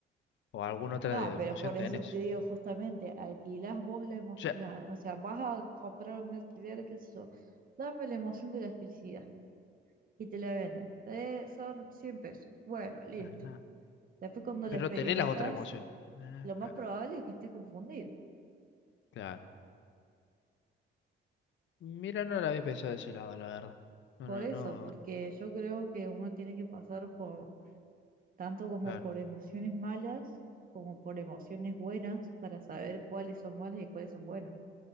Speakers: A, on the left; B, on the right.
A: O alguna otra
B: No,
A: de- emoción
B: pero por
A: tenés.
B: eso te digo justamente, alquilás vos la emoción,
A: O sea,
B: o sea, vas a comprar un alquiler, qué sé yo, dame la emoción de la felicidad y te la venden. Eh, son 100 pesos. Bueno, listo.
A: ah, nah,
B: Después cuando la
A: pero
B: experimentas,
A: tenés las otras emociones. Ah,
B: lo más
A: claro,
B: probable es que estés confundido.
A: claro. Mira, no la había pensado de ese lado, la verdad. No,
B: Por
A: no,
B: eso,
A: no.
B: porque yo creo que uno tiene que pasar por tanto como
A: Claro,
B: por emociones malas como por emociones buenas para saber cuáles son malas y cuáles son buenas.